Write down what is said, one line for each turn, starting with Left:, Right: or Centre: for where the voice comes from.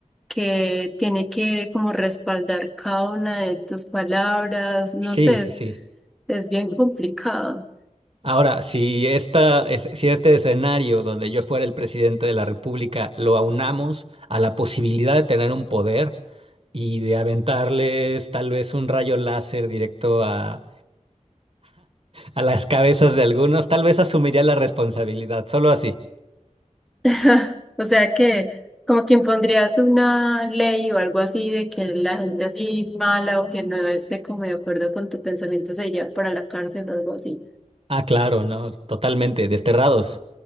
Centre: que tiene que como respaldar cada una de tus palabras. No
Right: Sí,
Centre: sé,
Right: sí,
Centre: es,
Right: sí.
Centre: es bien complicado.
Right: Ahora, si esta, es- si este escenario donde yo fuera el presidente de la República lo aunamos a la posibilidad de tener un poder y de aventarles tal vez un rayo láser directo a, a las cabezas de algunos, tal vez asumiría la responsabilidad, solo así.
Centre: <laughs> O sea que como que impondrías una ley o algo así de que la gente así mala o que no esté como de acuerdo con tu pensamiento se iría para la cárcel o algo así.
Right: Ah, claro, no, totalmente, desterrados,